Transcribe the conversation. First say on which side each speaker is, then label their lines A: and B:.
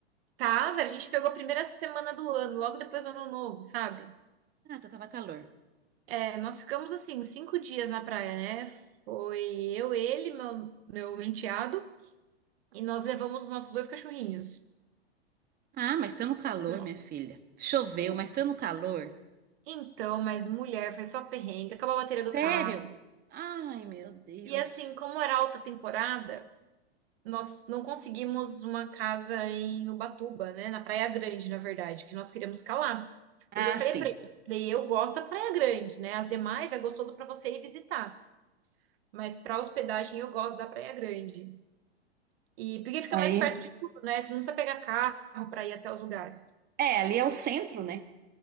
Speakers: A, on the right; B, on the right.
A: Tava, a gente pegou a primeira semana do ano, logo depois do ano novo, sabe?
B: Ah, então tava calor.
A: É, nós ficamos assim, cinco dias na praia, né? Foi eu, ele, meu, meu enteado, e nós levamos os nossos dois cachorrinhos.
B: Ah, mas tá no calor,
A: Não.
B: minha filha. Choveu,
A: En-
B: mas tá no calor.
A: Então, mas mulher, foi só perrengue, acabou a bateria do
B: Sério?
A: carro.
B: Ai, meu Deus.
A: E assim, como era alta temporada, nós não conseguimos uma casa em Ubatuba, né? Na Praia Grande, na verdade, que nós queríamos ficar lá.
B: Ah,
A: Porque eu falei
B: sim.
A: pra ele, falei, eu gosto da Praia Grande, né? As demais é gostoso pra você ir visitar, mas pra hospedagem eu gosto da Praia Grande. E porque fica
B: Aí.
A: mais perto de tudo, né? Você não precisa pegar carro para ir até os lugares.
B: É, ali é o centro, né?